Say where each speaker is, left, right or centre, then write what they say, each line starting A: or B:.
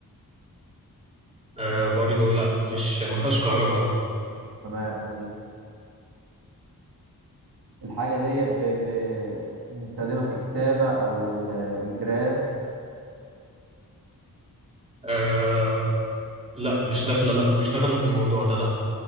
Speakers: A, on the right (about 15°); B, on the right (about 80°).
A: آه برضه لا مش ما فيهاش كهرباء لا
B: تمام الحاجة دي ب... ب... بنستخدمها في الكتابة أو ال- الجراية
A: آه لا مش داخله لا مش داخله في الموضوع ده لا